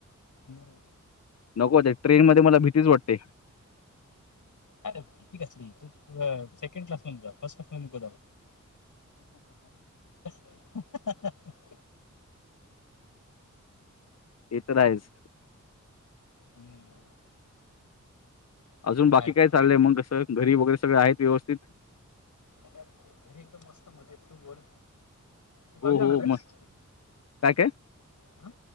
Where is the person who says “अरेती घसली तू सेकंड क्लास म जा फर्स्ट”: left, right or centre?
Left